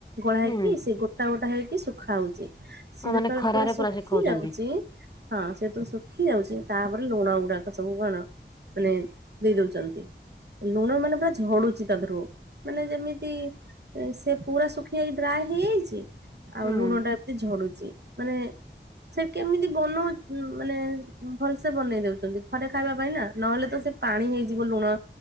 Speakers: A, on the right (about 60°); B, on the left (about 20°).
A: ଗୋଳା ହେଇକି
B: ହୁଁ
A: ସେ ଗୋଟା ଗୋଟା ହେଇକି ଶୁଖା ହୋଉଚି। ସିଏ
B: ଆଉ
A: ଯେତେବେଳେ
B: ମାନେ ଖରାରେ
A: ପୁରା ଶୁଖି
B: ଶୁଖଉଛନ୍ତି
A: ଯାଉଚି। ହଁ ସିଏ ଯେତେବେଳେ ସୁଖି ଯାଉଚି ତାପରେ ଲୁଣ ଗୁଡାକ ସବୁ କଣ ମାନେ ଦେଇ ଦଉଚନ୍ତି। ଲୁଣ ମାନେ ପୁରା ଝଡୁଚି ତା ଦେହରୁ ମାନେ ଯେମିତି ସେ ପୁରା ଶୁଖିଯାଇ ଡ୍ରାଏ ହେଇଯାଇଚି ଆଉ
B: ହୁଁ।
A: ଲୁଣ ଟା ଏମତି ଝଡୁଛି ମାନେ ସେ କେମିତି ବନୋଉ ମାନେ ଭଲସେ ବନେଇ ଦଉଚନ୍ତି। ଘରେ ଖାଇବା ପାଇଁ ନା ନହେଲେ ତ ସେ ପାଣି ହେଇଯିବ ଲୁଣ